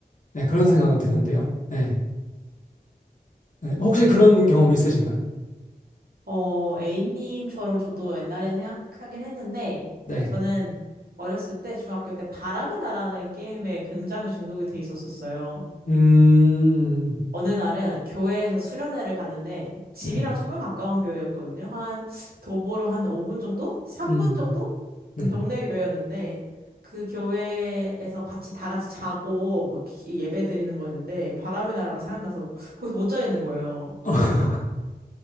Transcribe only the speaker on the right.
어,
어, A님처럼 저도 옛날에 생각하긴 했는데,
저는 어렸을 때, 중학교 때 바람의 나라는 게임에 굉장히 중독이 돼 있었었어요.
어느 날은 교회에서 수련회를 가는데 집이랑
정말 가까운 교회였거든요. 한 도보로 한 5분 정도? 3분
정도?
음, 동네 교회였는데 그 교회에서 같이 다 같이 자고 뭐 기- 예배 드리는 거였는데 바람이 날아가 생각나서 거기서 못 자겠는 거예요.